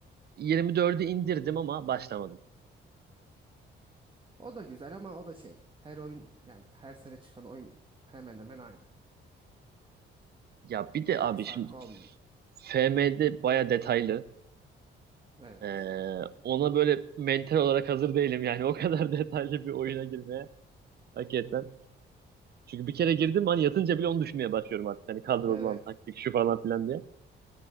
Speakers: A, on the right; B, on the right.
A: 24'ü indirdim ama başlamadım.
B: O da güzel ama o da şey her oyun yani her sene çıkan oyun hemen hemen aynı.
A: Ya bir
B: Pek
A: de abi
B: bir fark
A: şimdi
B: olmuyor.
A: FM'de baya detaylı.
B: Evet.
A: Ee, ona böyle mental olarak hazır değilim yani o kadar <laughs> detaylı bir oyuna
B: Hı.
A: girmeye hakikaten. Çünkü bir kere girdim hani yatınca bile onu düşünmeye başlıyorum artık. Hani kadrolan
B: <laughs> Evet.
A: taktik şu falan filan diye.